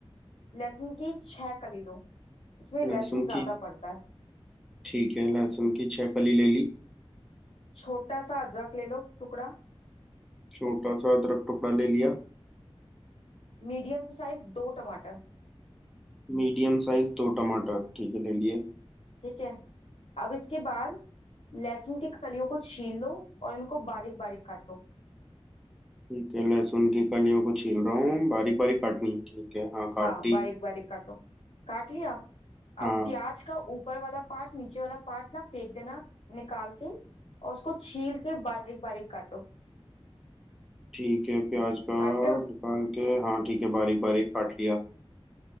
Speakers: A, on the left; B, in the centre.
A: लहसुन की छह कली लो इसमें
B: लहसुन
A: लहसुन ज्यादा
B: की
A: पड़ता है
B: ठीक है लहसुन की छह कली ले ली
A: छोटा सा अदरक ले लो टुकड़ा
B: छोटा सा अदरक टुकड़ा ले लिया
A: मीडियम साइज दो टमाटर
B: मीडियम साइज दो टमाटर ठीक है ले लिए
A: ठीक है अब इसके बाद लहसुन की कलियों को छील लो और इनको बारीक बारीक काटो
B: ठीक है लहसुन की कलियों को छील रहा हूँ बारीक बारीक काटनी है ठीक है हाँ काट
A: हाँ
B: दी
A: बारीक बारीक काटो काट लिया
B: हाँ
A: अब प्याज का ऊपर वाला पार्ट नीचे वाला पार्ट ना फेंक देना निकाल के और उसको छील के बारीक बारीक काटो
B: ठीक है प्याज का
A: काट रहे हो
B: निकाल के हाँ ठीक है बारीक बारीक काट लिया